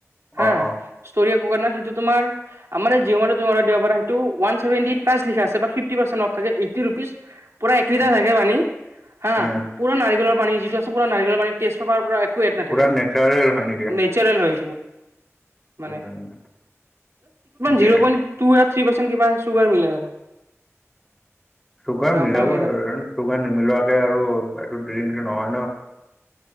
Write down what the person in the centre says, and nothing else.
অ অ
উম
উম
পুৰা
নেচাৰেল হয় নেকি
উম ঠিকে
চুগাৰ
মিলাব
আৰু চুগাৰ নিমিলোৱাকে আৰু য ড্ৰিংক নহয় ন